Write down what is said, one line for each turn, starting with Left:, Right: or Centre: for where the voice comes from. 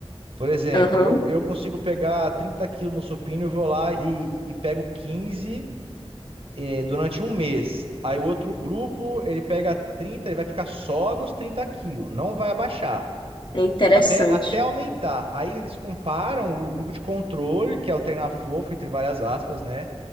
Right: Por exemplo,
Left: aham,
Right: eu, eu consigo pegar 30 quilos no supino e vou lá e, e pego 15 é, durante um mês. Aí o outro grupo, ele pega 30, ele vai ficar só nos 30 quilos, não vai abaixar.
Left: É interessante.
Right: Até, até aumentar. Aí eles comparam o grupo de controle, que é o Treina Fofo, entre várias aspas, né?